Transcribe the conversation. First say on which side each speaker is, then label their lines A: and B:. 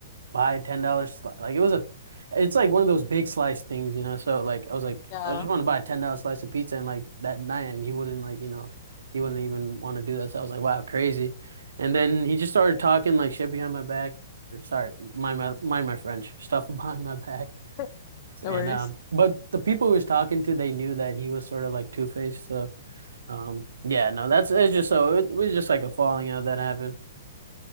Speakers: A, on the right; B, on the left.
A: buy a $10 slice like it was a it's like one of those big slice things, you know. So like I was like
B: Yeah.
A: I just want to buy a $10 slice of pizza and like that night and he wouldn't like, you know, he wouldn't even want to do that. So I was like, "Wow, crazy." And then he just started talking like shit behind my back or sorry, mind my mind my French <laughs> stuff behind my back.
B: <laughs> No
A: And
B: worries.
A: um, but the people he was talking to, they knew that he was sort of like Two-Faced. So um, yeah, no, that's it's just so it was just like a falling out that happened.